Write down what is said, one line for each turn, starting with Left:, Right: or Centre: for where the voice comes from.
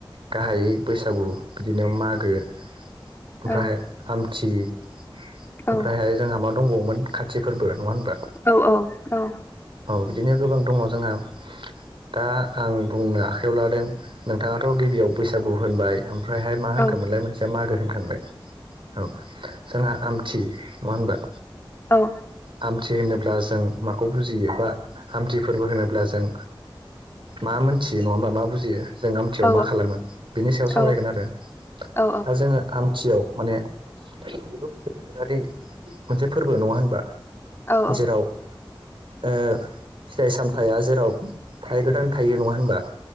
Right: गाहायै बैसागु बिदिनो मागो ओमफ्राय
Left: औ
Right: आमथि ओमफ्रायहाय
Left: औ
Right: जोंहा मा दंबावोमोन खाथि फोरबो नङा होनबा।
Left: औ-औ-औ।
Right: औ बिदिनो गोबां दङ' जोंहा दा आं बुंनो आखाइयाव लादों। नोंथाङाथ' गिबियाव बैसागु होनबाय ओम फ्रायहाय मा होनखोमोनलाय
Left: औ
Right: मोनसेया मागो होनखांबाय औ। जोङा आमथि नङा होनबा
Left: औ।
Right: आमथि होनोब्ला जों माखौ बुजियो बा आमथि फोरबो होनोब्ला जों मा मोनथियो नङा होनबा मा बुजियो जों आमथियाव
Left: औ
Right: मा खालामो बिनि सायाव सावरायगोन
Left: औ
Right: आरो दा
Left: औ
Right: जोङो आमथियाव माने बेबो मोनसे बोथोरारि मोनसे फोरबो नङा होनबा
Left: औ
Right: जेराव ओ फिथाइ सामथाया जेराव थाय गोदान थायो नङा होनबा